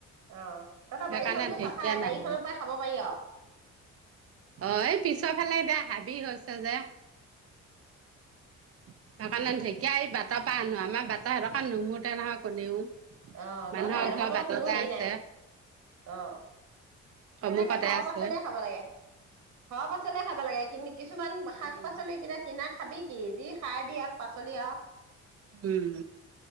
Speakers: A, on the right; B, on the right.
A: অ তহঁতৰ
B: সেইকাৰণে
A: বাৰীখনতো
B: ঢেকীয়া
A: চাফাই
B: নানো
A: বাৰীখনৰ পৰাই খাব পাৰি আৰু
B: অঁঃ এই পিছৰ ফালে এতিয়া হাবি হৈছে। যে সেইকাৰণে ঢেকীয়া এই বাটৰ পৰা আনো আমাৰ বাটাৰ সেইদখত নোমোতে নহয় কোনেও
A: অ
B: মানুহৰ
A: তহঁতৰ সেইদখ
B: ঘৰ
A: বাৰু
B: বাটতে
A: কোনো হেৰি
B: আছে
A: নাই অ
B: সন্মুখতে
A: এনেকে ঘৰ
B: আছে।
A: পাচলিয়ে খাব খাবলাগে ঘৰ পাচলিয়ে খাব লাগে কিছুমান
B: উম
A: শাক পাচলি কেইটা কিনা খাবি কি যি সাৰ দিয়া পাচলি আৰু
B: উম